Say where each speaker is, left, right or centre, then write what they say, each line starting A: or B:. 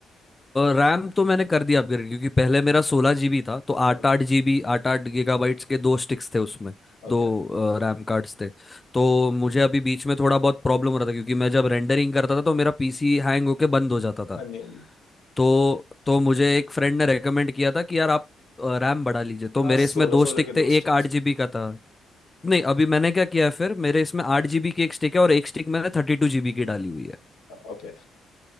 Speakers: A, on the left; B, on the left.
A: रैम तो मैंने कर दिया अपग्रेड क्योंकि पहले मेरा सोलह जीबी था तो आठ
B: ओके
A: आठ जीबी आठ आठ गीगाबाइट्स के दो स्टिक्स थे उसमें
B: ओके
A: दो रैम कार्ड्स थे तो मुझे अभी बीच में थोड़ा बहुत प्रॉब्लम हो रहा था क्योंकि मैं जब रेंडरिंग करता था तो मेरा पीसी हैंग होके बंद हो जाता था
B: अनिल
A: तो तो मुझे एक फ्रेंड ने रेकमेंड किया था कि यार आप रैम बढ़ा लीजिए तो
B: हाँ
A: मेरे
B: सोलह
A: इसमें दो
B: सोलह
A: स्टिक
B: के दोस्त
A: थे एक आठ जीबी का था नहीं अभी मैंने क्या किया है फिर मेरे इसमें आठ जीबी की एक स्टिक है और एक स्टिक मैंने थर्टी टू जीबी की डाली हुई है
B: ओके